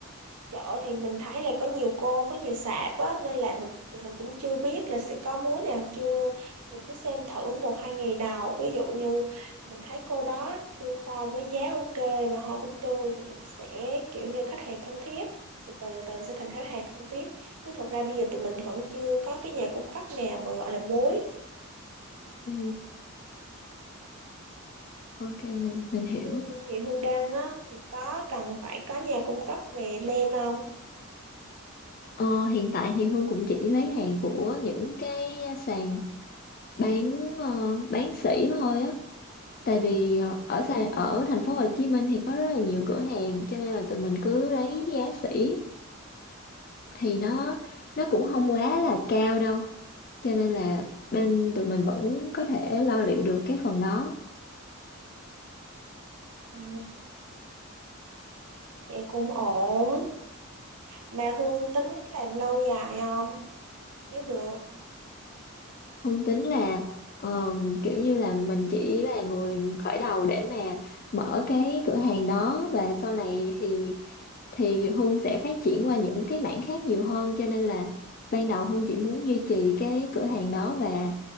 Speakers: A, on the right; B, on the left.
A: chợ thì mình thấy là có nhiều cô có nhiều sạp á nên là mình tụi mình cũng chưa biết là sẽ có múa nào chưa mình cứ xem thử một hai ngày đầu ví dụ như mình thấy cô đó đưa hoa với giá ok và hoa cũng tươi thì mình sẽ kiểu như khách hàng thân thiết từ từ từ sẽ thành khách hàng thân thiết chứ thật ra bây giờ tụi mình vẫn chưa có cái nhà cung cấp nào mà gọi là mối
B: ừ, ok mình mình hiểu
A: Hương- thì Hương Đăng á thì có cần phải có nhà cung cấp về len không
B: ờ, hiện tại thì Hương cũng chỉ lấy hàng của những cái sàn bán ờ, bán sỉ thôi á tại vì ờ, ở
A: ừ.
B: sàn ở thành phố Hồ Chí Minh thì có rất là nhiều cửa hàng cho nên là tụi mình cứ lấy giá sỉ thì nó nó cũng không quá là cao đâu cho nên là bên tụi mình vẫn có thể lo liệu được cái phần đó
A: Ừ. Vậy cũng ổn Mà Hương tính làm lâu dài không? Nếu được.
B: không tính là ờ, kiểu như là mình chỉ là người khởi đầu để mà mở cái cửa hàng đó và sau này thì thì Hương sẽ phát triển qua những cái mảng khác nhiều hơn cho nên là ban đầu Hương chỉ muốn duy trì cái cửa hàng đó và